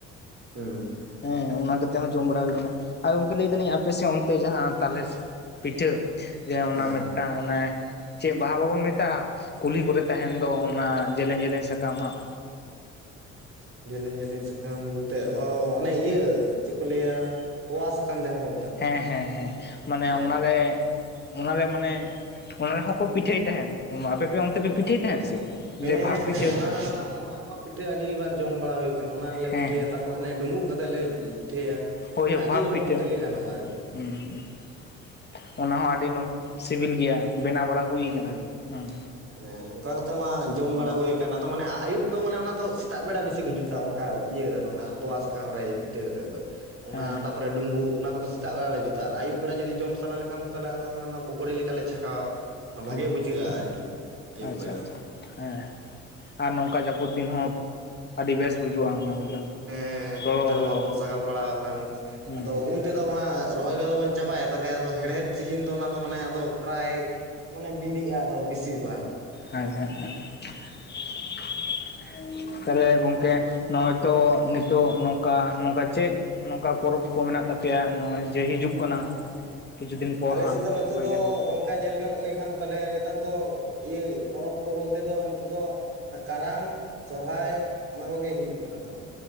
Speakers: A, on the right (about 35°); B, on the left (about 25°).
A: ᱦᱩᱸ
B: ᱦᱮᱸ ᱚᱱᱟ ᱠᱟᱛᱮᱜ ᱦᱚᱸ ᱡᱚᱢ ᱵᱟᱲᱟ ᱦᱩᱭ ᱠᱟᱱᱟ ᱟᱨ ᱜᱚᱢᱠᱮ ᱞᱟᱹᱭ ᱫᱟᱞᱤᱧ ᱟᱯᱮᱥᱮᱫ ᱚᱱᱛᱮ ᱡᱟᱦᱟᱸ ᱛᱟᱞᱮ ᱯᱤᱴᱷᱟᱹ ᱡᱮ ᱚᱱᱟ
A: ᱦᱮᱸ
B: ᱢᱤᱫᱴᱟᱝ ᱚᱱᱮ ᱪᱮᱫ ᱵᱟᱦᱟ ᱵᱟᱵᱚᱱ ᱢᱮᱛᱟᱜᱼᱟ ᱠᱩᱞᱦᱤ ᱠᱚᱨᱮ ᱛᱟᱦᱮᱱ ᱫᱚ ᱚᱱᱟ ᱡᱮᱞᱮᱧ ᱡᱮᱞᱮᱧ ᱥᱟᱠᱟᱢ ᱦᱟᱸᱜ
A: ᱡᱮᱞᱮᱧ ᱡᱮᱞᱮᱧ ᱥᱟᱠᱟᱢ ᱵᱚᱞᱛᱮ ᱚ ᱚᱱᱮ ᱤᱭᱟᱹ ᱪᱮᱫ ᱠᱚ ᱞᱟᱹᱭᱟ ᱛᱚᱣᱟ ᱥᱟᱠᱟᱢ ᱡᱟᱦᱟᱸ ᱠᱚ ᱢᱮᱛᱟᱜ
B: ᱦᱮᱸ
A: ᱠᱟᱱ
B: ᱦᱮᱸ ᱦᱮᱸ ᱢᱟᱱᱮ
A: ᱦᱮᱸ
B: ᱚᱱᱟᱨᱮ ᱚᱱᱟᱨᱮ ᱢᱟᱱᱮ ᱚᱱᱟ ᱨᱮᱦᱚᱸ ᱠᱚ ᱯᱤᱴᱷᱟᱹᱭ ᱛᱟᱦᱮᱸᱫ ᱟᱯᱮ ᱯᱮ ᱚᱱᱛᱮ ᱯᱮ ᱯᱤᱴᱷᱟᱹᱭ ᱛᱟᱦᱮᱸᱫ ᱥᱮ? ᱡᱮ
A: ᱦᱮᱸ
B: ᱵᱷᱟᱵᱽ
A: ᱦᱮᱸ
B: ᱯᱤᱴᱷᱟᱹ
A: ᱦᱮᱸ ᱚᱱᱟ ᱨᱮᱢᱟ ᱚᱱᱟ ᱨᱮᱢᱟ ᱯᱤᱴᱷᱟᱹ ᱟᱹᱰᱤᱵᱟᱨ ᱡᱚᱢ ᱵᱟᱲᱟ ᱦᱩᱭ ᱠᱟᱱᱟ ᱚᱱᱟ ᱨᱮᱞᱮ
B: ᱦᱮᱸ
A: ᱯᱤᱴᱷᱟᱹᱭᱟ
B: ᱦᱮᱸ
A: ᱛᱟᱯᱚ ᱯᱚᱨᱮ ᱦᱟᱱᱮ ᱰᱩᱢᱵᱩᱜ ᱠᱟᱛᱮᱫ ᱞᱮ ᱯᱤᱴᱷᱟᱹᱭᱟ
B: ᱦᱳᱭ
A: ᱢᱟᱱᱮ
B: ᱵᱷᱟᱵᱽ
A: ᱟᱹᱰᱤ ᱨᱚᱠᱚᱢ
B: ᱯᱤᱴᱷᱟᱹ
A: ᱠᱟᱛᱮ ᱜᱮ ᱜᱟᱱᱚᱜᱼᱟ ᱟᱨᱠᱤ᱾
B: <unintelligible> ᱚᱱᱟ ᱦᱚᱸ ᱟᱹᱰᱤ ᱥᱤᱵᱤᱞ ᱜᱮᱭᱟ ᱵᱮᱱᱟᱣ ᱵᱟᱲᱟ ᱦᱩᱭ
A: ᱦᱩᱸ
B: ᱠᱟᱱᱟ ᱦᱩᱸ᱾
A: ᱦᱮᱸ ᱚᱱᱠᱟ ᱠᱟᱛᱮ ᱢᱟ ᱡᱚᱢ ᱵᱟᱲᱟ ᱦᱩᱭᱩᱠᱟᱱ ᱟᱫᱚ ᱢᱟᱱᱮ ᱟᱹᱭᱩᱵ ᱫᱚ ᱢᱟᱱᱮ ᱚᱱᱟ ᱫᱚ ᱥᱮᱛᱟᱜ ᱵᱮᱲᱟ ᱵᱤᱥᱤ ᱠᱚ ᱡᱩᱛᱟ ᱚᱱᱠᱟ ᱤᱭᱟᱹ ᱨᱮᱫᱚ ᱚᱱᱟ ᱛᱚᱣᱟ ᱥᱟᱠᱟᱢ ᱨᱮ ᱯᱤᱴᱷᱟᱹ ᱠᱟᱛᱮ ᱫᱚ ᱚᱱᱟ
B: ᱦᱮᱸ
A: ᱛᱟᱯᱚᱨᱮ ᱰᱩᱸᱵᱩᱜ ᱚᱱᱟ ᱠᱚᱫᱚ ᱥᱮᱛᱟᱜ ᱵᱮᱲᱟ ᱞᱮ ᱡᱩᱛᱟ ᱟᱨ ᱟᱹᱭᱩᱵ ᱵᱮᱲᱟ ᱡᱩᱫᱤ ᱡᱚᱢ ᱥᱟᱱᱟ ᱞᱮᱠᱷᱟᱱ ᱫᱚ ᱛᱟᱦᱚᱞᱮ ᱟᱫᱚ ᱚᱱᱮ ᱚᱱᱟ ᱯᱚᱠᱳᱲᱤ ᱞᱮᱠᱟᱞᱮ ᱪᱷᱟᱠᱟᱣᱟ᱾ ᱚᱱᱟ ᱵᱷᱟᱜᱮ
B: ᱦᱩᱸ
A: ᱵᱩᱡᱷᱟᱹᱜᱼᱟ ᱟᱨᱠᱤ ᱟᱹᱭᱩᱵ
B: ᱟᱪᱪᱷᱟ
A: ᱵᱮᱲᱟ
B: ᱟᱪᱪᱷᱟ
A: ᱫᱚ᱾
B: ᱦᱮᱸ ᱟᱨ ᱱᱚᱝᱠᱟ ᱡᱟᱹᱯᱩᱫ ᱫᱤᱱ ᱦᱚᱸ ᱟᱹᱰᱤ ᱵᱮᱥ ᱵᱩᱡᱩᱜᱼᱟ ᱚᱱᱟ ᱫᱚ ᱡᱚᱢ᱾
A: ᱦᱮᱸ
B: ᱞᱚᱞᱚ
A: ᱱᱮᱛᱟᱨ
B: ᱞᱚᱞᱚ
A: ᱢᱟ ᱵᱚᱨᱥᱟ ᱠᱟᱞ ᱯᱟᱲᱟᱣ ᱟᱠᱟᱱ
B: ᱦᱩᱸ
A: ᱟᱫᱚ ᱩᱱᱛᱮ ᱫᱚ ᱨᱚᱦᱚᱭ ᱠᱚᱫᱚ ᱵᱚᱱ ᱪᱟᱵᱟᱭᱟ ᱛᱟᱦᱚᱞᱮ ᱟᱫᱚ ᱦᱮᱲᱦᱮᱫ ᱥᱤᱡᱤᱱ ᱫᱚ ᱚᱱᱟ ᱫᱚ ᱢᱟᱱᱮ ᱟᱫᱚ ᱯᱨᱟᱭ ᱢᱟᱱᱮ ᱵᱤᱞᱤᱜ-ᱟ ᱟᱫᱚ ᱵᱮᱥᱤᱨ ᱵᱷᱟᱜᱽ᱾
B: <unintelligible> ᱛᱟᱦᱞᱮ ᱜᱚᱝᱠᱮ ᱱᱚᱜᱼᱚᱭ ᱛᱚ ᱱᱤᱛᱳᱜ ᱱᱚᱝᱠᱟ ᱱᱚᱝᱠᱟ ᱪᱮᱫ ᱱᱚᱝᱠᱟ ᱯᱚᱨᱚᱵᱽ ᱠᱚ ᱢᱮᱱᱟᱜ ᱛᱟᱯᱮᱭᱟ ᱱᱚᱜᱼᱚᱭ ᱡᱮ ᱦᱤᱡᱩᱜ ᱠᱟᱱᱟ, ᱠᱤᱪᱷᱩ ᱫᱤᱱ ᱯᱚᱨ
A: ᱟᱞᱮ
B: ᱦᱟᱸᱜ
A: ᱥᱮᱫ ᱫᱚ ᱱᱤᱛᱚᱜ
B: ᱦᱩᱭ
A: ᱫᱚ,
B: ᱠᱟᱱ ᱛᱟᱦᱮᱸ᱾
A: ᱱᱚᱝ ᱠᱟ ᱧᱮᱞ ᱜᱟᱱᱚᱜ ᱞᱮᱱᱠᱷᱟᱱ ᱛᱟᱦᱚᱞᱮ ᱱᱮᱛᱟᱨ ᱫᱚ ᱤᱭᱟᱹ ᱯᱚᱨᱚᱵᱽ ᱠᱚ ᱵᱚᱞᱛᱮ ᱫᱚ ᱱᱤᱛᱚᱜ ᱫᱚ, ᱠᱟᱨᱟᱢ, ᱥᱚᱨᱦᱟᱭ ᱚᱱᱟ ᱠᱚᱜᱮ ᱦᱤᱡᱩᱜ ᱠᱟᱱᱟ ᱛᱚ